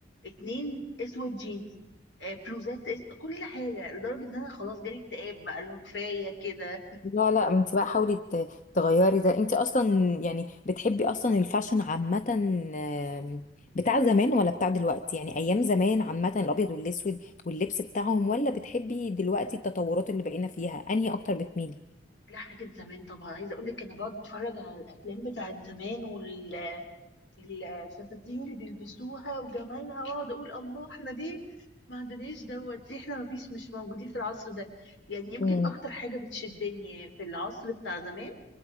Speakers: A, on the left; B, on the left.
A: اتنين اسود جينز آه، بلوزات أس... كل حاجه لدرجه ان انا خلاص جالي اكتئاب بقى اللي هو كفايه كده
B: لا لا انت بقى حاولي ت- تغيري ده انت اصلا يعني بتحبي اصلا الفاشن عامة آم، بتاع زمان ولا بتاع دلوقتي يعني ايام زمان عامة الابيض والاسود واللبس بتاعهم ولا بتحبي دلوقتي التطورات اللي بقينا فيها انهي اكتر بتميلي
A: لا حاجة زمان طبعا عايزة اقول لك انا بقعد اتفرج على الافلام بتاعت زمان وال الفساتين اللي بيلبسوها وجمالها واقعد اقول الله احنا ليه ما عندناش دوت ليه احنا ما فيش مش موجودين في العصر ده يعني يمكن
B: امم
A: اكتر حاجة بتشدني في العصر بتاع زمان